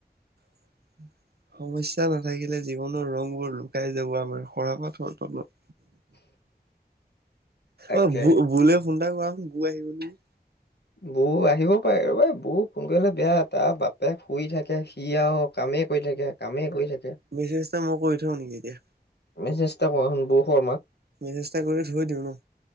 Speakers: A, on the right; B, on the left.
A: <inaudible> সমস্যা নাথাকিলে জীৱনৰ ৰং বোৰ লুকাই যাব আমাৰ সৰা পাতৰ তত
B: <inaudible> তাকে
A: অ ব বুলে ফোন এটা কৰাচোন বু আহিব নেকি
B: বৌ আহিব পাৰে ৰবাই বৌ কোন কৰিলে বেয়া তাৰ বাপেক শুই থাকে সি আৰু কামেই কৰি থাকে। কামেই কৰি থাকে।
A: মেচজ মই কৈ থওঁ নেকি এতিয়া
B: মেছেজটা কৰাচোন বু শৰ্মাক
A: মেছেজটা কৰি ধ থৈ দিওঁ নো